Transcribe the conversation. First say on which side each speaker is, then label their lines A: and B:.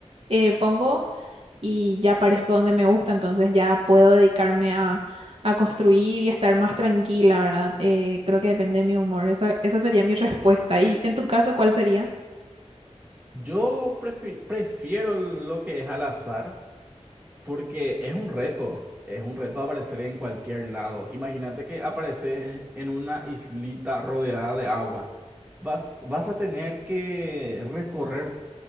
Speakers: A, on the right (about 55°); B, on the right (about 15°).
A: eh, pongo y ya aparezco donde me gusta, entonces ya puedo dedicarme a, a construir y a estar más tranquila, ¿verdad? Eh, creo que depende de mi humor. Esa, esa sería mi respuesta. ¿Y en tu caso, cuál sería?
B: Yo prefi- prefiero lo que es al azar porque es un reto, es un reto aparecer en cualquier lado. Imagínate que apareces en una islita rodeada de agua. Vas, vas a tener que recorrer